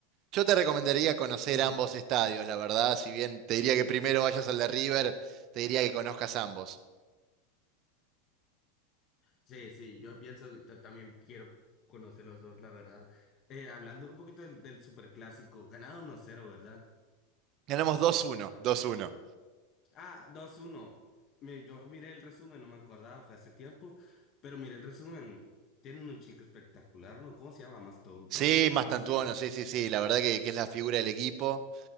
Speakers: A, on the right; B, on the left.
A: Yo te recomendaría conocer
B: <laughs>
A: ambos estadios, la verdad. Si bien te diría que primero vayas al de River, te diría que conozcas ambos.
B: Sí, sí, yo pienso, que yo también quiero conocer los dos, la verdad. Eh, hablando un poquito del, del superclásico, ganado uno cero, ¿verdad?
A: Ganamos 2-1, 2-1.
B: Ah, dos uno. Me- Yo miré el resumen, no me acordaba, fue hace tiempo, pero miré el resumen. Tienen un chico espectacular, ¿no? ¿Cómo se llama? Mastodon,
A: Sí,
B: ¿no?
A: Mastantuono,
B: Algo así.
A: sí, sí, sí, la verdad que, que es la figura del equipo